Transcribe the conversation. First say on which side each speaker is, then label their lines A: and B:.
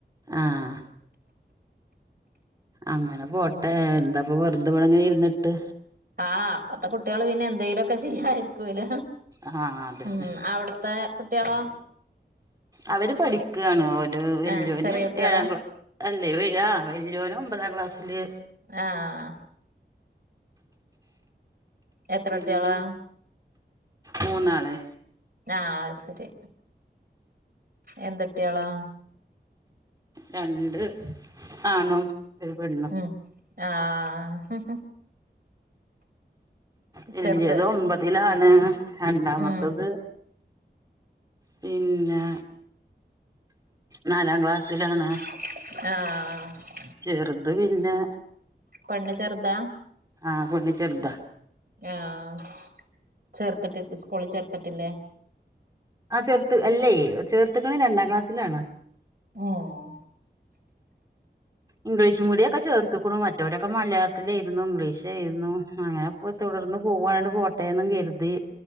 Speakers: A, on the right; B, on the right.
A: ആഹ് അങ്ങനെ പോട്ടെ
B: അങ്ങനൊക്കെ
A: എന്താപ്പ വെറുതെ ഇവിടെങ്ങനെ ഇരുന്നിട്ട്.
B: ആഹ് ഇപ്പത്തെ കുട്ടികള് പിന്നെ എന്തെങ്കലുക്കെ ചെയ്യായിരിക്കൂല.
A: ആഹ് അതന്നെ
B: ഉമ് അവിടുത്തെ കുട്ടിളോ?
A: അവര് പഠിക്കയാണ് ഒരു വല്യോന്
B: ആ ചെറിയ കുട്ടികളാ
A: ഏഴാം ക്ലാസ്സ് അല്ലേ ആറാം ക്ലാസ്സിൽ. വല്യോന് ഒൻപതാം ക്ലാസ്സിലു...
B: ആഹ്. എത്ര
A: പിന്നെ
B: കുട്ടികളാ
A: മൂന്നാള്.
B: ആഹ് അത് ശരി എന്തുട്ട്യോളാ?
A: രണ്ട് ആണും. ഒരു പെണ്ണും
B: ഉമ് ആഹ്
A: വല്ല്യത്
B: ചെറുത്
A: ഒമ്പതിലാണ് രണ്ടാമത്തത്
B: ഉമ്
A: പിന്നെ നാലാം ക്ലാസ്സിലാണ്.
B: ആഹ്
A: ചെറുത് പിന്നെ
B: പെണ്ണ് ചെറുതാ?
A: ആഹ് പണ്ണ് ചെർതാ.
B: ആഹ്, ചേർത്തിട്ട് സ്കൂളിൽ ചേർത്തിട്ടില്ലേ?
A: ആ ചെർത്ത് അല്ലേയ്, ചേർത്ത്ക്ക്ണ് രണ്ടാം ക്ലാസ്സിലാണ്.
B: ഓഹ്
A: ഇംഗ്ലീഷ് മീഡിയം ഒക്കെ ചേർത്ത്ക്ക്ണു മറ്റൊരൊക്കെ മലയാളത്തിലെര്ന്നു ഇംഗ്ലീഷേരുന്നു അങ്ങനെപ്പൊ തുടർന്ന് പോവാ <unintelligible> പോട്ടെന്നും കര്തി.